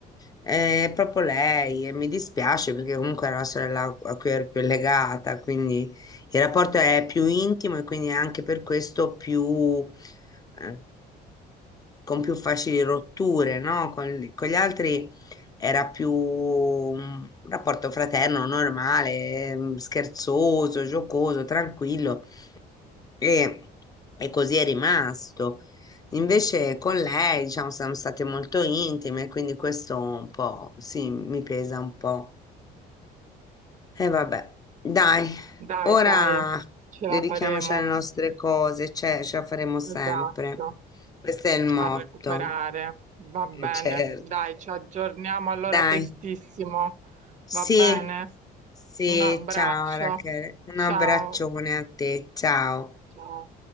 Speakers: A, on the left; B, on the right.
A: È proprio lei e mi dispiace perché comunque era la sorella a cui ero più legata, quindi il rapporto è più intimo e quindi anche per questo più, eh, con più facili rotture, no? Con, con gli altri era più un rapporto fraterno, normale, ehm, scherzoso, giocoso, tranquillo e, e così è rimasto. Invece con lei, diciamo, siamo state molto intime, quindi questo un po', sì, mi pesa un po'. E vabbè, dai,
B: Dai,
A: ora
B: dai, ce
A: dedichiamoci
B: la faremo.
A: alle nostre cose, cioè, ce la faremo sempre.
B: Esatto.
A: Questo è il motto.
B: a recuperare. Va bene,
A: Eh, certo.
B: dai, ci aggiorniamo allora
A: Dai,
B: prestissimo.
A: sì,
B: Va bene?
A: sì,
B: Un abbraccio.
A: ciao Rachele. Un
B: Ciao.
A: abbraccione a te, ciao.
B: Ciao.